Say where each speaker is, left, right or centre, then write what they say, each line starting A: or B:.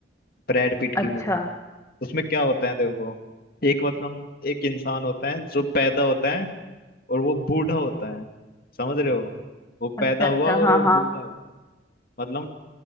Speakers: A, on the left; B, on the left.
A: ब्रैड पिट
B: अच्छा
A: की उसमें क्या होता है देखो एक मतलब एक इंसान होता है जो पैदा होता है और वो बूढ़ा होता है समझ रहे हो वो
B: अच्छा
A: पैदा हुआ
B: अच्छा
A: और
B: हाँ
A: वो बूढ़ा
B: हाँ
A: है मतलब